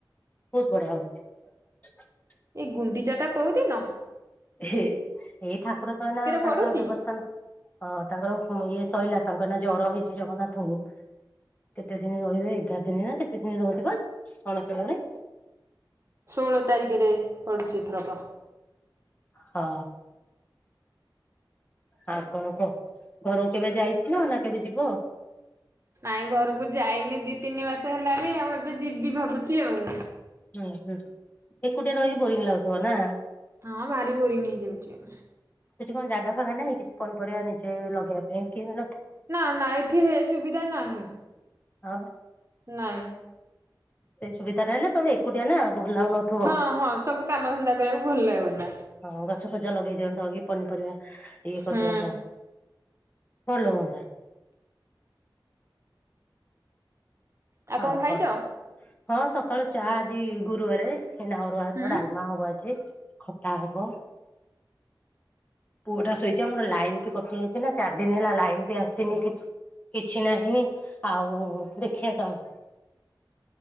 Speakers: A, on the left; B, on the right.
A: ବହୁତ ବଢିଆ ହଉଛି।
B: ଏଇ ଗୁଣ୍ଡିଚାଟା କଉଦିନ।
A: ଏ ଏଇ ଠାକୁର ତ ଏ ନା ତାଙ୍କର
B: ପଡୁଛି?
A: ଦେବସ୍ଥାନ ହଁ ହଁ ତାଙ୍କର ଇଏ ସଇଲା ତାଙ୍କର ଏ ନା ଜର ହେଇଛି ଜଗନ୍ନାଥଙ୍କୁ। କେତେ ଦିନ ରହିବେ ଏଗାର ଦିନ ନା କେତେ ଦିନ ରୁହନ୍ତି ପା ଅଣସର ଘରେ।
B: ଷୋହଳ ତାରିଖରେ ପଡ଼ୁଚି ଏଥରକ।
A: ହଁ। ଆଉ କଣ କହ ଘରକୁ କେବେ ଯାଇଥିଲ ନା କେବେ ଯିବ।
B: ନାଇଁ ଘରକୁ ଯାଇନି ଦି ତିନି ମାସେ ହେଲାଣି ଆଉ ଏବେ ଯିବି ଭାବୁଛି ଆଉ।
A: ହୁଁ ହୁଁ ଏକୁଟିଆ ରହିି ବୋରିଂ ଲାଗୁଥିବ ନା।
B: ହଁ ଭାରି ବୋରିଂ ହେଇଯାଉଛି।
A: ସେଠି କଣ ଜାଗା ଫାଗା ନାହିଁ କିଛି ପନିପରିବା ନିଜେ ଲଗେଇ ପାଇଁ କି ମ
B: ନା ନା ଏଠି ହେ ସୁବିଧା ନାହିଁ।
A: ଆଉ।
B: ନାଇଁ।
A: ସେଇ ସୁବିଧାରେ ହେଲେ ତମେ ଏକୁଟିଆ ନା ଭଲ ଲାଗୁନଥିବ
B: ହଁ ହଁ ସବୁ କାମ ଧନ୍ଦା କରିବାକୁ ଭଲ ଲାଗୁନା
A: ହଁ ଗଛ ପଛ ଲଗେଇଦିଅନ୍ତୁ କି। ପନିପରିବା ଇଏ କରିଦିଅନ୍ତ।
B: ହୁଁ
A: ଭଲ ହୁଅନ୍ତା।
B: ଆଉ
A: ହଉ
B: କଣ ଖାଇଛ?
A: କହ ହଁ ସକାଳୁ ଚା ଆଜି ଗୁରୁବାରେ। ନା ଅରୁଆ ହାତ
B: ହୁଁ
A: ଡାଲମା ହବ ଆଜି ଖଟା ହବ। ପୁଅଟା ଶୋଇଛି ଆମର ଲାଇନ ବି କଟି ଯାଇଛି ନା ଚାରି ଦିନ ହେଲା ଲାଇନ ବି ଆସିନି କିଛି। କିଛି ନାହିଁ ଆଉ ଦେଖିବା ତ ଆଉ।